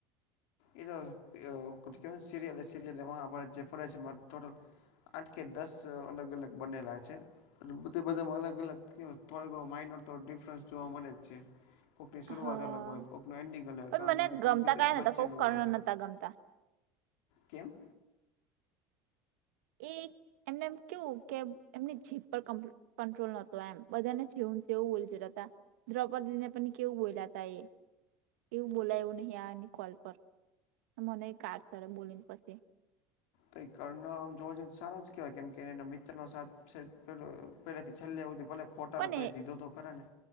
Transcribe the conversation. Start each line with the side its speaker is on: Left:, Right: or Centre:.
Left: એ તો અહ કે સિરયલ એ સિરયલ એડે જે ફડે છે મા ટોટલ આઠ કે દસ અહ અલગ-અલગ બનેલા છે. અને બધે બધે માં અલગ અલગ થોક માઇડ ડિફરન્સ જોવા મલે જ છે. કોંકની શરૂઆત
Right: હા
Left: અલગ હોય કોંકનું એન્ડિંગ અગ
Right: પણ
Left: કારણ
Right: મને
Left: કે
Right: ગમતા
Left: તમ કી બે
Right: કયા નતા કોક
Left: હોય
Right: કર્ણ નતા ગમતા
Left: કેમ?
Right: એ એમને એમ કેવું કે એમની જીપ પર કમ્પ કંટ્રોલ નોતો એમ બધાને જેવું તેવું બોલ હતા દ્રૌપદીદીને પણ કેવું બોલ્યા હતા એ એવું બોલા એવું નહીં આની કોલ પર મને એક કાર સર બોલીને પછી.
Left: તોઈ કર્ણ આમ જોવો જોઈએ તો સારા જ કેહેવાય કેમ કે એના મિત્ર સાથ છે પહેલાથી છેલ્લે હુદી ભલે ફોટતા
Right: પણ
Left: થા તોએ ધીધો તો ખરાને.